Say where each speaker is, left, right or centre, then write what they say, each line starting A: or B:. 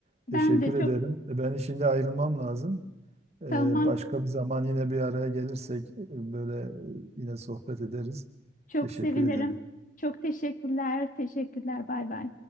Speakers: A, on the right (about 35°); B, on the left (about 45°).
A: Teşekkür
B: Ben de
A: ederim.
B: çok
A: E, Ben şimdi ayrılmam lazım. Ee,
B: tamam.
A: Başka bir zaman yine bir araya gelirsek e, böyle e, yine sohbet ederiz.
B: Çok
A: Teşekkür
B: sevinirim.
A: ederim.
B: Çok teşekkürler. Teşekkürler. Bay bay.